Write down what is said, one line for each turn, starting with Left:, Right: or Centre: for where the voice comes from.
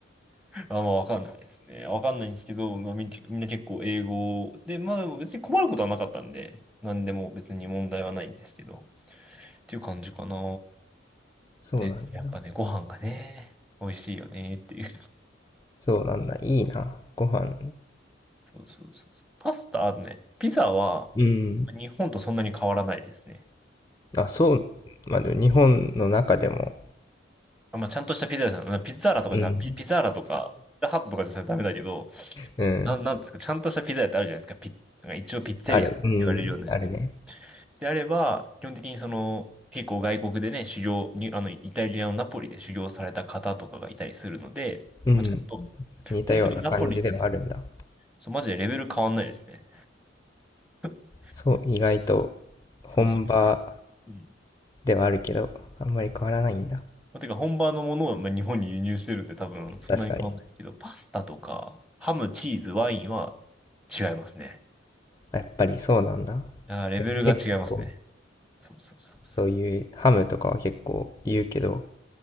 Centre: あんまわかんないですね。わかんないんですけど、まあ、みん、みんな結構英語で、まあでも別に困ることはなかったんで、なんでも別に問題はないんですけど、っていう感じかな。
Left: そうなんだ。
Centre: で、やっぱね、ご飯がね、美味しいよねっていう。
Left: そうなんだ。いいな。ご飯。
Centre: そうそうそうそう。パスタあるね。ピザは、
Left: うん。
Centre: 日本とそんなに変わらないですね。
Left: あ、そう。まあ、でも日本の中でも、
Centre: あ、まあ、ちゃんとしたピザ屋さん、うんピザーラとかじゃな、
Left: うん。
Centre: ピ、ピザーラとか、ピザハットとかじゃダメだけど、
Left: うん。
Centre: なん、なんですか、ちゃんとしたピザ屋ってあるじゃないですか。ピ、なんか一応ピッツェリアって言われるようなやつ。
Left: ある。うん。あるね。
Centre: であれば、基本的にその、結構外国でね、修行に、あの、イタリアのナポリで修行された方とかがいたりするので、
Left: うん。
Centre: まあ、ちゃんと、
Left: 似たような感じではあるんだ。
Centre: 本当にナポリ、そう、マジでレベル変わんないですね。<laughs>
Left: そう、意外と本場
Centre: そうそう。うん
Left: ではあるけど、あんまり変わらないんだ。
Centre: まあ、てか本場のものをまあ日本に輸入してるんで多分そんなに変わんないですけど、
Left: 確かに。
Centre: パスタとかハム、チーズ、ワインは違いますね。
Left: あやっぱりそうなんだ。
Centre: あー、レベルが違いますね。
Left: 結構、
Centre: そうそうそうそうそう。
Left: そういうハムとかは結構言うけど、